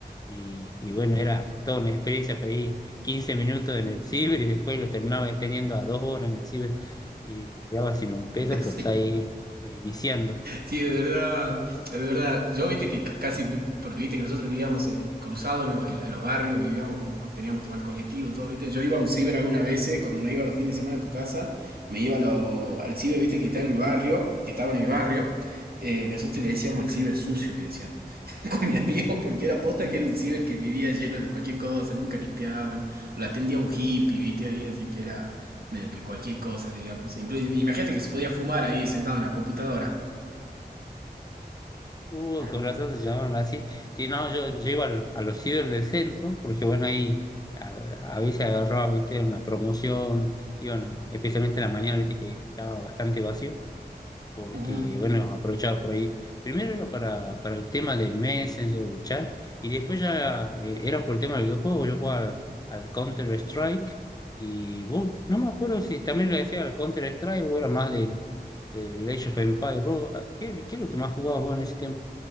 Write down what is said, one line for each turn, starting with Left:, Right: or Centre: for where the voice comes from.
Left: Y, y bueno, era toda una experiencia, pedí 15 minutos en el ciber y después lo terminaba extendiendo a dos horas en el ciber y te quedaba sin un peso
Right: <laughs>
Left: por estar
Right: Sí,
Left: ahí eh, viciando.
Right: sí, de verdad, de verdad. Yo viste que casi, porque viste que nosotros vivíamos eh, cruzados en, lo- en- en los barrios, vivíamos como teníamos tema el colectivo, todo, viste. Yo iba a un ciber algunas veces, cuando no iba los fines de semana a tu casa, me iba a lo- al ciber, viste, que está en el barrio, que estaba en mi barrio. Eh, nosotros le decíamos el ciber sucio, le decíamos. <laughs> con mi amigo porque era posta que era un ciber que vivía lleno de cualquier cosa, nunca limpiaban, lo atendía un hippie, viste ahí, así que era medio que cualquier cosa, digamos. Incluso, imagínate que se podía fumar ahí sentado en la computadora.
Left: Uh,
Right: Ah,
Left: con razón se llamaban así. Si no, yo, yo iba a, lo- a los ciber del centro, porque bueno, ahí a, a veces agarraba, viste, una promoción, iban, especialmente en la mañana, viste, que estaba bastante vacío porque,
Right: ujú.
Left: bueno, aprovechaba por ahí. Primero era para, para el tema del Messenger, el chat, y después ya eh, era por el tema del videojuego. Yo jugaba al, Counter-Strike, y vos, no me acuerdo si también le decía al Counter-Strike o era más del, del Age of Empires. Vos, ah, ¿Qué, qué es lo que más jugabas vos en ese tiempo?